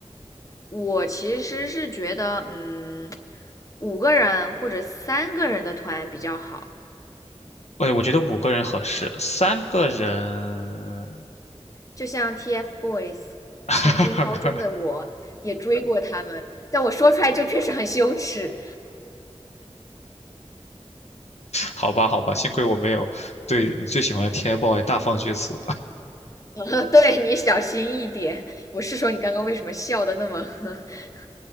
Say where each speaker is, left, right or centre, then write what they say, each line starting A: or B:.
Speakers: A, on the left (about 30°); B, on the left (about 80°).
A: 我其实是觉得，嗯，五个人或者三个人的团比较好。
B: 喂，我觉得五个人合适，三个人，
A: 就像 TFBOYS，
B: <laughs>
A: 曾经高中的我也追过他们，但我说出来就确实很羞耻。
B: 好吧，好吧，幸亏我没有对你最喜欢的 TFBOYS 大放厥词。
A: <laughs> 对你小心一点。我是说你刚刚为什么笑的那么 <laughs>